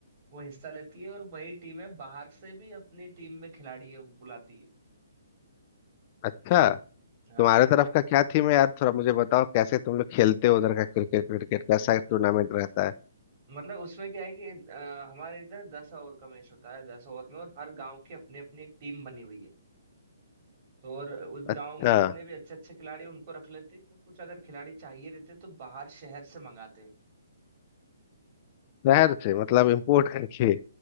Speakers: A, on the right; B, on the left.
A: वो हिस्सा लेती है और वही टीमें बाहर से भी अपनी टीम में खिलाड़ी है- बुलाती है
B: अच्छा
A: हाँ
B: तुम्हारे तरफ का क्या थीम है यार थोड़ा मुझे बताओ कैसे तुम लोग खेलते हो उधर का क्रिकेट क्रिकेट कैसा टूर्नामेंट रहता है
A: मतलब उसमें क्या है कि अ, हमारे इधर दस ओवर का मैच होता है दस ओवर में और हर गांव की अपनी अपनी एक टीम बनी हुई है तो और उस
B: अच्छा
A: गांव में जितने भी अच्छे अच्छे खिलाड़ी हैं, उनको रख लेते हैं और कुछ अगर खिलाड़ी चाहिए रहते हैं, तो बाहर शहर से मंगाते हैं
B: शहर से मतलब इम्पोर्ट करके